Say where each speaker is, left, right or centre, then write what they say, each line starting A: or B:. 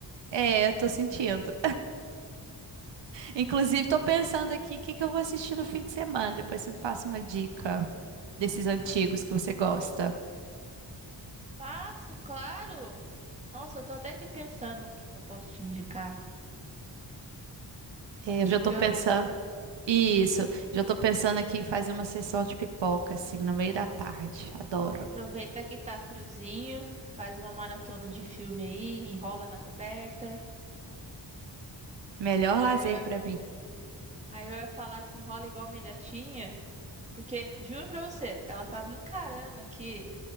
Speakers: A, on the right (about 80°); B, on the right (about 15°).
A: É, eu tô sentindo. Inclusive, tô pensando aqui o que que eu vou assistir no fim de semana. Depois você me passa uma dica desses antigos que você gosta.
B: Faço, claro! Nossa, eu tô até aqui pensando o que que eu posso te indicar.
A: É,
B: Antigão,
A: Eu já tô pensando. Isso, já tô pensando aqui em fazer uma sessão de pipoca, assim, no meio da tarde. Adoro.
B: aproveita que tá friozinho, faz uma maratona de filme aí, enrola na coberta.
A: Melhor lazer
B: Aí eu, ia-
A: pra mim.
B: aí eu ia falar assim, enrola igual minha gatinha, porque juro pra você, ela tá me encarando aqui,